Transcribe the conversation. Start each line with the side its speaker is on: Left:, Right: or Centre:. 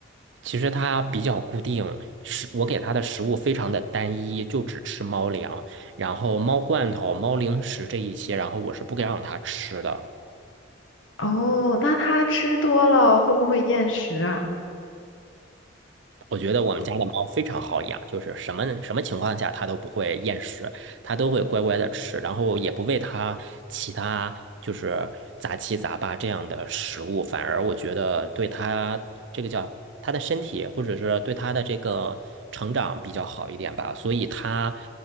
Right: 其实它比较固定，食我给它的食物非常的单一，就只吃猫粮，然后猫罐头、猫零食这一些，然后我是不给让它吃的。
Left: 哦，那它吃多了会不会厌食啊？
Right: 我觉得我们家的猫非常好养，就是什么什么情况下它都不会厌食，它都会乖乖的吃，然后也不喂它其他就是杂七杂八这样的食物，反而我觉得对它这个叫它的身体或者是对它的这个成长比较好一点吧，所以它